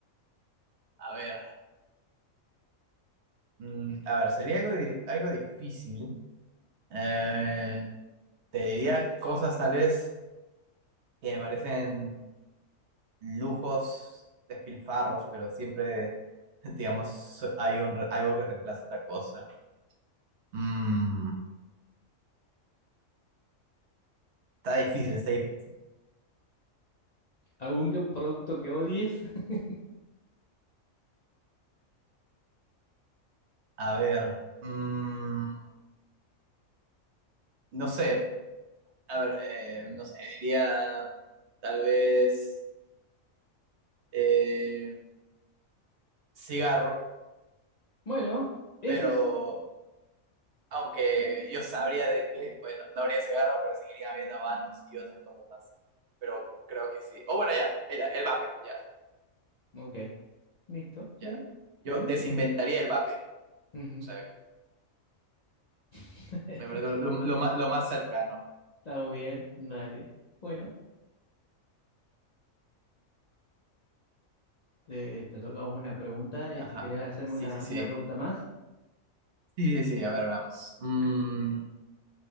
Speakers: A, on the right (about 65°); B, on the left (about 50°).
A: a ver. mm, a ver, sería algo, di- algo difícil. Eh, te diría cosas tal vez que me parecen lujos, despilfarros, pero siempre, <laughs> digamos, so, hay un, algo que reemplaza otra cosa. Mm, está difícil, está difícil.
B: ¿Algún que- producto que odies? <laughs>
A: A ver, mm, no sé, a ver, eh, no sé, diría tal vez eh, cigarro,
B: Bueno, ese
A: pero
B: es...
A: aunque yo sabría de que, bueno, no habría cigarro, pero seguirían habiendo habanos y otras cosas más. Pero creo que sí. O bueno, ya, ahí está, el vape, ya,
B: Ok, listo, sí.
A: ya. Yo
B: Buenísimo.
A: desinventaría el vape.
B: Ujú.
A: O sea,
B: <laughs>
A: Me parece lo, lo- lo más, lo más cercano.
B: Está muy bien, dale. Bueno, te, te toca a vos una pregunta. eh,
A: Ajá.
B: si querés hacerme
A: Sí,
B: una,
A: sí, sí.
B: una pregunta más,
A: Sí, sí, sí. A ver, vamos. Mm,